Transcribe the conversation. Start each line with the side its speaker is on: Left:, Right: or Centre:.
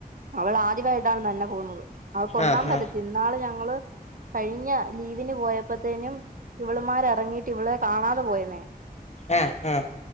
Right: അവൾ ആദ്യമായിട്ടാണ് തന്നെ പോവുന്നത് അവക്കൊന്നാമത്
Left: ആഹ്
Right: തിന്നാള് ഞങ്ങള് കഴിഞ്ഞ ലീവിന് പോയപ്പത്തേനും ഇവളമാര് എറങ്ങി ഇവളെ കാണാതെ പോയന്നെ
Left: ആഹ് ആഹ്